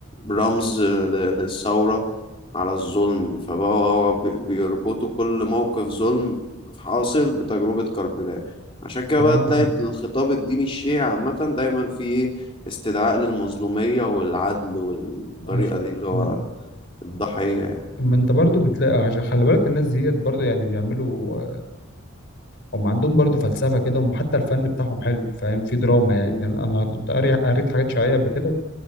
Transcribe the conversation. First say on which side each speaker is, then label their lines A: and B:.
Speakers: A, on the left; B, on the left.
A: رمز ل- للثورة على الظلم فبقى هو بي- بيربطوا كل موقف ظلم حاصل بتجربة كربلاء عشان كده
B: اه
A: بقى تلاقي الخطاب الديني الشيعي عامة دايما فيه استدعاء للمظلومية والعدل والطريقة
B: عشان
A: دي اللي هو
B: ما
A: الضحية يعني
B: ما انت برضو بتلاقي عشان خلي بالك الناس ديت برضو يعني بيعملوا هم عندهم برضه فلسفة كده هم حتى الفن بتاعهم حلو فاهم في دراما يعني,
A: مم.
B: يعني أنا كنت قاري قريت حاجات شيعية قبل كده